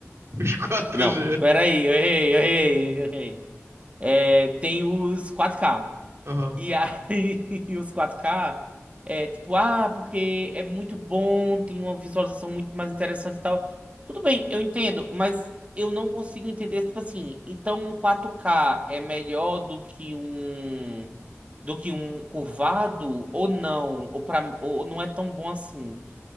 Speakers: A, on the right; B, on the right.
A: Os 4G.
B: Não, peraí, eu errei, eu errei, eu errei. É, tem os quatro k
A: Aham.
B: E aí, <laughs> os 4K, é tipo, ah, porque é muito bom, tem uma visualização muito mais interessante e tal. Tudo bem, eu entendo, mas eu não consigo entender, tipo assim, então um 4K é melhor do que um do que um curvado ou não, ou para ou não é tão bom assim.